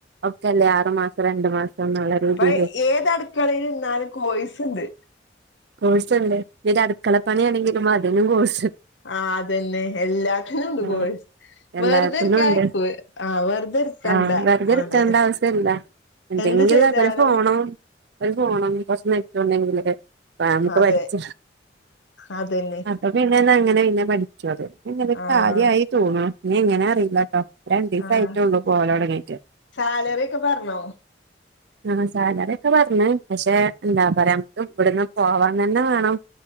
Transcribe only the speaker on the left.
അപ്പൊ ഏത് അടുക്കളും ഇന്നാലക്ക് വയിസ്ുണ്ട്
ആ അതന്നെ എല്ലാത്തിനും ഉണ്ട്
കോഴ
വെറതെരിക്ക
ആയക്കൂ ആഹ് വെറുതെ ഇരിക്കണ്ട
ന്ന്
എന്ത് ചെയ്താലും
അതെ
അതന്നെ
ആഹ്
ആഹ്
സാലറി ഒക്കെ പറഞ്ഞോ